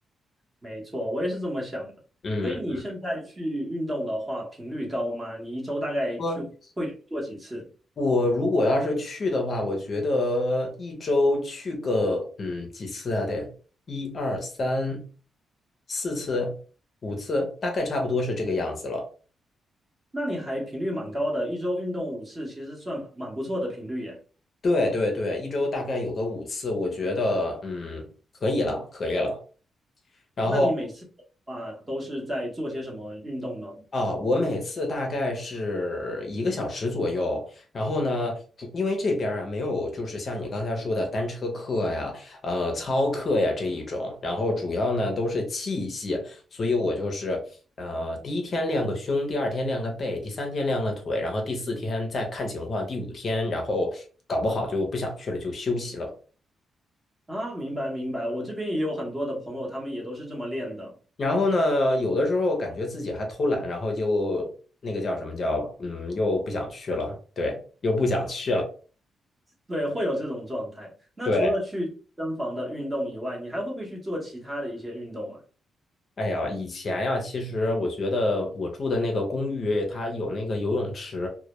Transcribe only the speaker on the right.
没错，我也是这么想的。
所以你现在去运动的话，频率高吗？你一周大概去会去做几次？
那你还频率蛮高的，一周运动五次，其实算蛮不错的频率耶。
那你每次的话都是在做些什么运动呢？
啊，明白明白，我这边也有很多的朋友，他们也都是这么练的，
对，会有这种状态。那除了去健身房的运动以外，
你还会不会去做其他的一些运动啊？